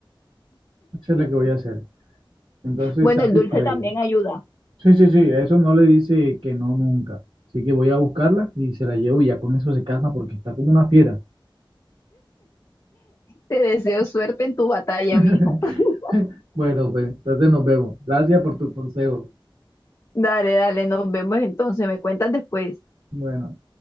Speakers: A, on the right; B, on the left.
A: Eso es lo que voy a hacer. Entonces,
B: Bueno,
A: salud
B: el dulce
A: para
B: también
A: ella.
B: ayuda.
A: Sí, sí, sí, a eso no le dice que no nunca. Así que voy a buscarla y se la llevo y ya con eso se calma porque está como una fiera.
B: Te deseo suerte en tu batalla,
A: <laughs>
B: mijo. <laughs>
A: Bueno, pues entonces nos vemos. Gracias por tu consejo.
B: Dale, dale, nos vemos entonces, me cuentas después.
A: Bueno.